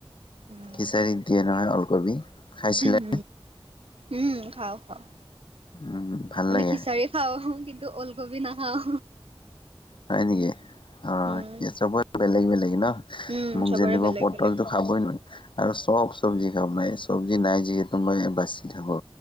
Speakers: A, on the right; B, on the left.
A: উম
B: খিচাৰীত দিয়ে নহয় ওলকবি খাইছিলাই।
A: উম উম খাও খাওঁ
B: উম ভাল
A: মানে
B: লাগে
A: খিচাৰি- খাওঁ কিন্তু ওলকবি নাখাওঁ।
B: হয় নেকি? অ
A: উম,
B: চব বেলেগ বেলেগ ন
A: উম,
B: মোক
A: চবৰে
B: যেনেকুৱা
A: বেলেগ
B: পটলটো-
A: বেলেগ
B: খাবই নোৱাৰি আৰু চব চব্জি খাব চব্জি নাই যিহেতু মই বাচি থাকো।